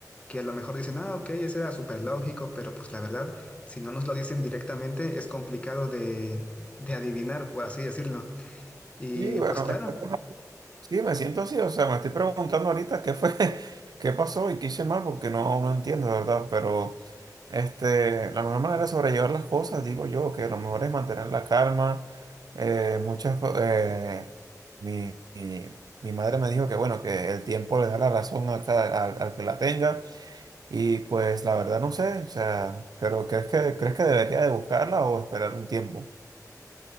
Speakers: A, on the left; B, on the right.
A: que a lo mejor dicen, ah, ok, eso era súper lógico, pero pues la verdad, si no nos lo dicen directamente, es complicado de, de adivinar, por así decirlo. Y
B: Sí, bueno,
A: pues claro,
B: de verdad que no- sí, me siento así, o sea, me estoy preguntando ahorita qué fue, <laughs> qué pasó y qué hice mal porque no, no entiendo, de verdad, pero... Este, la mejor manera de sobrellevar las cosas, digo yo, que lo mejor es mantener la calma. Eh, muchas, co- eh, mi, mi, mi madre me dijo que, bueno, que el tiempo le da la razón a cada- al, al que la tenga. Y pues la verdad no sé, o sea, pero ¿crees que, crees que debería de buscarla o esperar un tiempo?